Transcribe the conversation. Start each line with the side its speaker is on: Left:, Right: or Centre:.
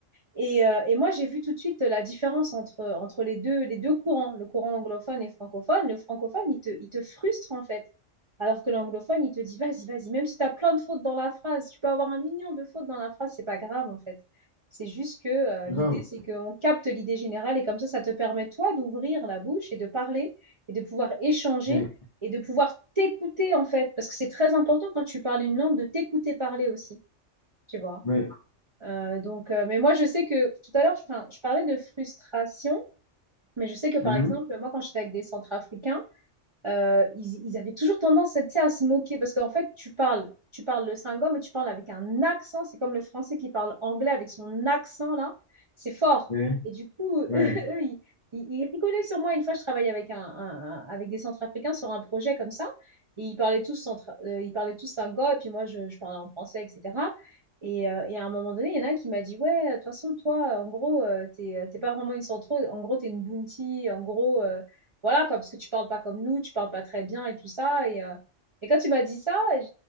Right: Et, euh, et moi, j'ai vu tout de suite la différence entre, entre les deux, les deux courants, le courant anglophone et francophone. Le francophone, il te, il te frustre en fait. Alors que l'anglophone, il te dit, vas-y, vas-y, même si tu as plein de fautes dans la phrase, tu peux avoir un million de fautes dans la phrase, c'est pas grave en fait. C'est juste que euh,
Left: Grave.
Right: l'idée, c'est qu'on capte l'idée générale et comme ça, ça te permet, toi, d'ouvrir la bouche et de parler et de pouvoir échanger
Left: Oui,
Right: et de pouvoir t'écouter, en fait. Parce que c'est très important quand tu parles une langue de t'écouter parler aussi, tu vois.
Left: oui.
Right: Euh, donc, euh, mais moi, je sais que tout à l'heure, je, 'fin, je parlais de frustration, mais je sais que par
Left: Mhm.
Right: exemple, moi, quand j'étais avec des centrafricains, euh, ils, ils avaient toujours tendance, tu sais, à se moquer parce qu'en fait, tu parles, tu parles le singom, mais tu parles avec un accent. C'est comme le français qui parle anglais avec son accent là, c'est fort.
Left: Oui.
Right: Et du coup, <laughs> eux,
Left: Ouais.
Right: ils, ils- ils rigolaient sur moi. Une fois, je travaillais avec un, un- un- avec des Centrafricains sur un projet comme ça, et ils parlaient tous centra- euh, ils parlaient tous singom, et puis moi, je, je parlais en français, etc. Et, euh, et à un moment donné, il y en a un qui m'a dit, ouais, de toute façon, toi, en gros, euh, t'es, euh, t'es pas vraiment une centro, en gros, t'es une bounty, en gros. euh, voilà, quoi, parce que tu parles pas comme nous, tu parles pas très bien et tout ça. Et, euh, et quand tu m'as dit ça, j'ai